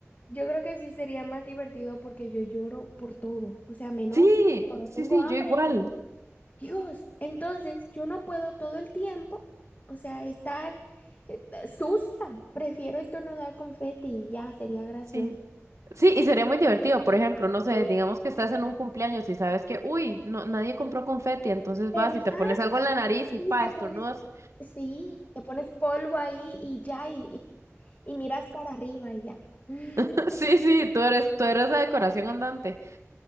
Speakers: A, on the left (about 35°); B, on the right (about 75°).
A: yo creo que sí sería más divertido porque yo lloro por todo, o sea, me enojo,
B: Sí,
A: cuando
B: sí,
A: tengo
B: sí,
A: hambre
B: yo igual.
A: Dios, entonces yo no puedo todo el tiempo, o sea, estar eh, eh, sucia. Prefiero estornudar confeti y ya, sería gracioso.
B: Sí. Sí, y sería muy divertido, por ejemplo, no sé,
A: Sí,
B: digamos que estás en un cumpleaños y sabes que, uy, no, nadie compró confeti, entonces
A: ¿Verdad?
B: vas y te pones algo en la nariz y
A: Y
B: pa,
A: te
B: estornudas.
A: pones, sí, te pones polvo ahí y ya, y, y- y miras para arriba y ya. <laughs>
B: <laughs> Sí, sí, tú eres, tú eres la decoración andante.